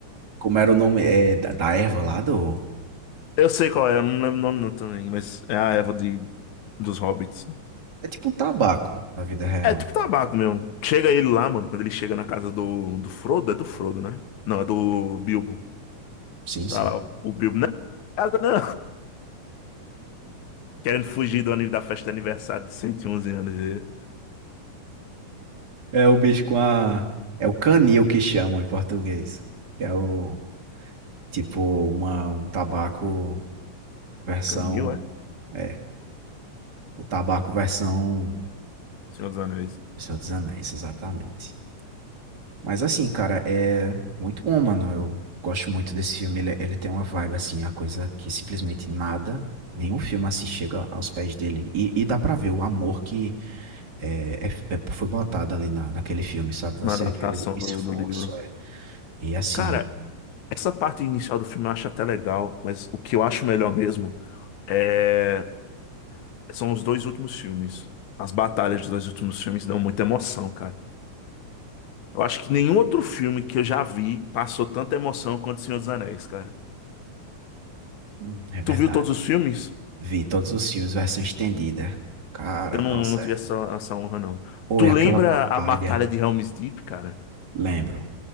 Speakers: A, on the right; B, on the left.
A: como era o nome, é da da erva lá do
B: Eu sei qual é, eu não lembro o nome não também, mas é a Eva de, dos Hobbits.
A: é tipo um tabaco na vida real.
B: É é tipo tabaco mesmo. Chega ele lá, mano, quando ele chega na casa do, do Frodo, é do Frodo, né? Não, é do Bilbo.
A: Sim, sim.
B: Tá lá o Bilbo, né? Casa não! <laughs> Querendo fugir do aniversário da festa de aniversário de 111 anos dele.
A: É o bicho com a é o canil que chamam em português, que é o tipo uma um tabaco versão
B: Canil, é?
A: é, o tabaco versão
B: Senhor dos Anéis.
A: O Senhor dos Anéis, exatamente. Mas assim, cara, é muito bom, mano. Eu gosto muito desse filme. Ele, é, ele tem uma vibe, assim, a coisa que simplesmente nada, nenhum filme assim chega aos pés dele. E, e dá pra ver o amor que é, é- é- foi botado ali na, naquele filme, sabe? Você
B: Na adaptação
A: vê o esforço.
B: do, do livro.
A: é. E assim,
B: Cara, essa parte inicial do filme eu acho até legal, mas o que eu acho melhor mesmo é... são os dois últimos filmes. As batalhas dos dois últimos filmes dão muita emoção, cara. Eu acho que nenhum outro filme que eu já vi passou tanta emoção quanto O Senhor dos Anéis, cara.
A: hum, é verdade.
B: Tu viu todos os filmes?
A: Vi todos os filmes, versão estendida. Cara,
B: Eu não,
A: nossa,
B: não tive
A: é.
B: essa, essa honra, não.
A: Ou
B: Tu
A: é
B: lembra
A: aquela batalha.
B: a Batalha de Helm's Deep, cara?
A: Lembro.